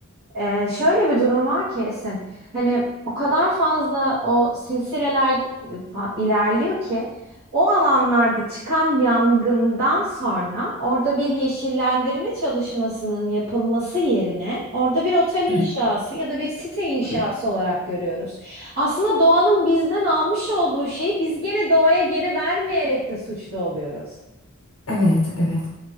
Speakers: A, on the right; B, on the left.
A: e, şöyle bir durum var ki Esin. Hani o kadar fazla o silsileler e, fa- ilerliyor ki o alanlarda çıkan yangından sonra orada bir yeşillendirme çalışmasının yapılması yerine orada bir otel inşası
B: Evet,
A: ya da bir site inşası
B: tabii.
A: olarak görüyoruz. Aslında doğanın bizden almış olduğu şeyi biz gene doğaya geri vermeyerek de suçlu oluyoruz.
B: Evet, evet.